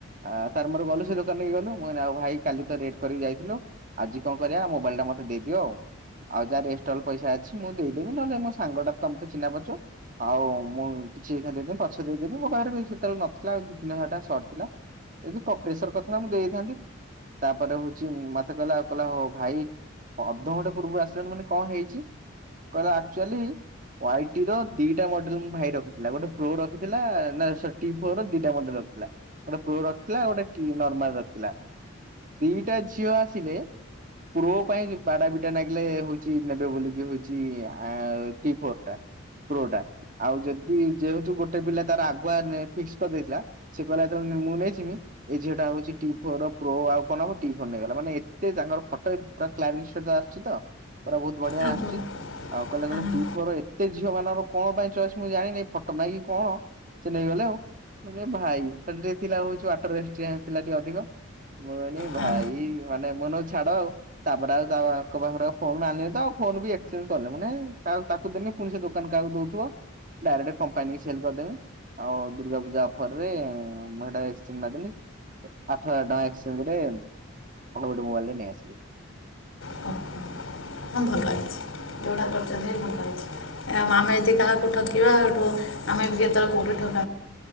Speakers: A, on the right; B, on the left.
A: ଆ ତାର ମୋର ଗଲୁ ସେ ଦୋକାନିକୁ ଗଲୁ ମୁଁ ଆଉ ଭାଇ କାଲି ତ ରେଟ କରିକି ଯାଇଥିଲୁ। ଆଜି କଣ କରିବା ମୋବାଇଲଟା ମତେ ଦେଇଦିଅ ଆଉ। ଆଉ ଯାହା ଇନଷ୍ଟଲ ପଇସା ଅଛି ମୁଁ ଦେଇଦେବି, ନହେଲେ ମୋ ସାଙ୍ଗଟା ତମେ ଚିହ୍ନା ପରିଛ ଆଉ ମୁଁ କିଛି ଏଇନା ଦେବି ପଛେ ଦେଇ ଦେବି ମୋ ପାଖରେ ବି ସେତେବେଳେ ନଥିଲା ଦିଇ ତିନିହଜାର ଟଙ୍କା ସର୍ଟ ଥିଲା। ଯଦି <unintelligible> କରିଥାନ୍ତ ମୁଁ ଦେଇଥାନ୍ତି ତାପରେ ହଉଛି ମ ସେ କହିଲା ଆଉ କହିଲା ହଉ ଭାଇ, ଅଧଘଣ୍ଟେ ପୂର୍ବରୁ ଆସିଲାଣି ମାନେ କଣ ହେଇଛି? କହିଲା ଅକ୍ଚୁଆଲି ୱାଇଟିର ଦିଟା ମଡେଲ ମୋ ଭାଇ ରଖିଥିଲା, ଗୋଟେ ପ୍ରୋ ରଖିଥିଲା ନା ସରି ଟି ଫୋର ଦିଟା ମଡେଲ ଥିଲା ଗୋଟେ ପ୍ରୋ ରଖିଥିଲା ଗୋଟେ ନର୍ମାଲ ରଖିଥିଲା ଦିଟା ଝିଅ ଆସି ଥିଲେ ପ୍ରୋ ପାଇଁ ବାଡା ପିଟା ନାଗିଲେ ହଉଛି ନେବେ ବୋଲିକି ହଉଛି ଆ ଟିଫୋର ଟା ପ୍ରୋଟା ଆଉ ଯଦି ଯେହେତୁ ଗୋଟେ ପିଲା ତାର ଆଗୁଆ ଫିକ୍ସ କରିଦେଇଥିଲା ସେ କହିଲା ଯେତେ ମୁଁ ନେଇଜିମି ଏଇ ଝିଅଟା ହଉଛି ଟି ଫୋର ପ୍ରୋ ଆଉ କଣ ନବ ଟି ଫୋର ନେଇଗଲା ମାନେ ଏ ତିକି ତାଙ୍କର ଫଟୋ ପୁରା କ୍ଲାରିଟ୍ ସହ ଆସୁଛି ତ? ପୁରା ବହୁତ ବଢିଆ
B: ଆଉ
A: ଆସୁଛି
B: କୁହ।
A: ଆଉ କହିଲେ
B: ହଁ
A: କହିଲେ
B: ହଁ।
A: ଟି ଫୋର ସେ ଝିଅ ମାନଙ୍କର କଣ ପାଇଁ ଚଏସ ମୁଁ ଜାଣିନି ଫଟୋ ପାଇଁ କଣ ସେ ନେଇଗଲେ ଆଉ। <unintelligible> ଭାଇ <unintelligible> ଥିଲା ହଉଛି ବାଟରେ ଏକସ୍ଚେଞ୍ଚ ଥିଲା ଟିକେ ଅଧିକ ମୁଁ କହିଲି
B: ହଁ
A: ଭାଇ। ମାନେ ମୁଁ <unintelligible> ଛାଡ ଆଉ ତାପରେ ଆଉ ତାଙ୍କ ପାଖରେ ଫୋନ ଆଣିନି ତ ଆଉ ଫୋନ ବି ଏକ୍ସଚେଞ୍ଜ କରିନି ମୁଁଁ କହିଲି ହେ <unintelligible> ତାକୁ ଦେମି ପୁଣି ସେ ଦୋକାନ କାହାକୁ ଦଉଥିବ ଡାଇରେକ୍ଟ କମ୍ପାନୀକି ସେଲ କରିଦେମି। ଆଉ ଦୁର୍ଗାପୂଜା ଅଫରରେ ମୁଁ ହେଇଟା ଏକ୍ସଚେଞ୍ଜ ମାରିଦେଲି। ଆଠହଜାର ଟଙ୍କା ଏକ୍ସଚେଞ୍ଜରେ ଆଉ ଗୋଟେ ମୋବାଇଲ ଟେ ନେଇଆସିଲି।
B: ହଉ, ହଉ। ହଁ ଭଲ ଲାଗୁଛି। ଯୋଉଟା କରିଛନ୍ତି ଭଲ ହେଇଚି। ଆମେ ଯଦି କାହାକୁ ଠକିବା ସୋଉଟୁ ଆମେ ବି କେତେବେଳେ କୋଉଠି ଠକି